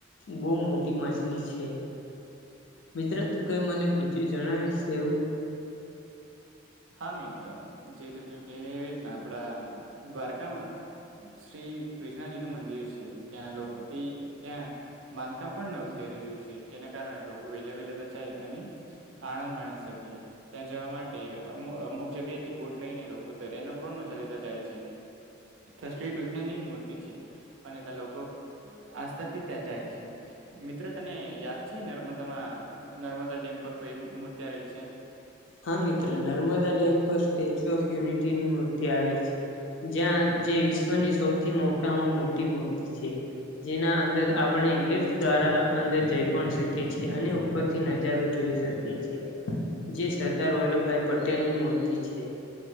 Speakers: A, on the left; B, on the right.
A: બહુ મોટી માછલી છે.
B: <inaudible>
A: મિત્ર તું કઈ મને બીજું જણાવીશ એવું
B: હા મિત્રો જે રીતે કે એવી રીતના આપડા દ્વારકામાં શ્રી કૃષ્ણજી નું મંદિર છે ત્યાં લોકો ની ત્યાં બાંધકામ પણ નવ થઈ રહ્યું છે જેના કારણે લોકો વહેલા વેલા તો જાય અને આનંદ માણી શકીએ ત્યાં જવા માટે અમુ અમુક જગ્યા થી બોટ લઈને લોકો દરિયા ના પણ મજા લેતા જાય છે. થા શ્રી કૃષ્ણની મૂર્તિ છે અને ત્યાં લોકો આસ્થા થી ત્યાં જાય છે. મિત્ર તને યાદ છે નર્મદામાં નર્મદા ડેમ પર કઈ મૂર્તિ આવેલી છે.
A: હા મિત્ર નર્મદા ડેમ પર સ્ટેચ્યુ ઓફ યુનિટી ની મૂર્તિ આવે છે. જ્યાં જે વિશ્વની સૌથી મોટામાં મોટી મૂર્તિ છે. જેના અંદર આપણે લિફ્ટ દ્વારા અંદર જઈ પણ શકીએ છીએ અને ઉપરથી નજારો જોઈ શકી છે જેસ સરદાર વલ્લભભાઈ પટેલ ની મૂર્તિ છે.